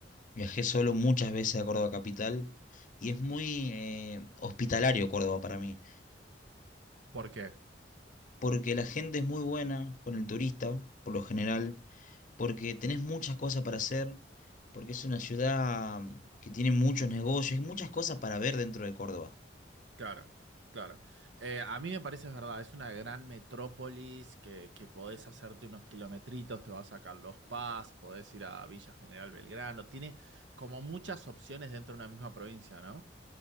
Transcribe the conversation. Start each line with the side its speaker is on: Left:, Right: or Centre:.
Left: viajé solo muchas veces a Córdoba Capital y es muy eh, hospitalario Córdoba para mí.
Right: ¿Por qué?
Left: porque la gente es muy buena con el turista, por lo general, porque tenés muchas cosas para hacer, porque es una ciudad mm, que tiene muchos negocios y muchas cosas para ver dentro de Córdoba.
Right: Claro, claro. Eh, a mí me parece es verdad, es una gran metrópolis que, que podés hacerte unos kilometritos, te vas a Carlos Paz, podés ir a Villa General Belgrano, tiene como muchas opciones dentro de una misma provincia, ¿no?